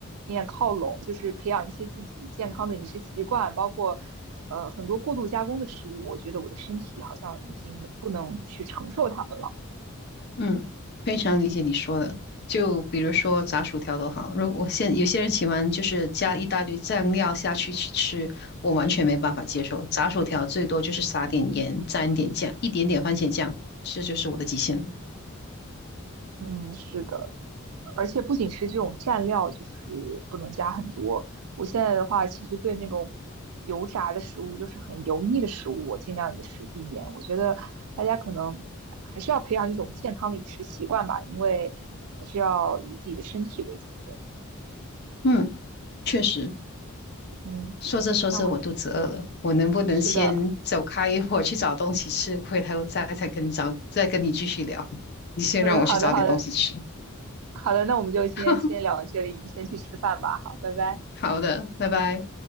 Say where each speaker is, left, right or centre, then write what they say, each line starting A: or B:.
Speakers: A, on the right; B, on the left.
A: 面靠拢，就是培养一些自己健康的饮食习惯，包括呃很多过度加工的食物，我觉得我的身体好像已经不能去承受它们了。
B: 嗯，非常理解你说的。就比如说炸薯条都好，如果我现有些人喜欢就是加一大堆酱料下去去吃，我完全没办法接受。炸薯条最多就是撒点盐，沾点酱，一点点番茄酱，这就是我的极限了。
A: 嗯，是的，而且不仅是这种蘸料，就是不能加很多。我现在的话，其实对那种油炸的食物，就是很油腻的食物，我尽量也是避免。我觉得大家可能还是要培养一种健康的饮食习惯吧，因为还是要以自己的身体为主对。
B: 嗯，确实。
A: 嗯，
B: 说着说着，
A: 那我
B: 我肚子饿了，我能不能先走开一会儿去找东西吃，
A: 是的，
B: 回头再再跟你找，再跟你继续聊？你先让我去找点东西吃。
A: 嗯，好的，好的，好的，那我们就今天先聊到这里，
B: <laughs>
A: 你先去吃饭吧，好，拜拜。
B: 好的，拜拜。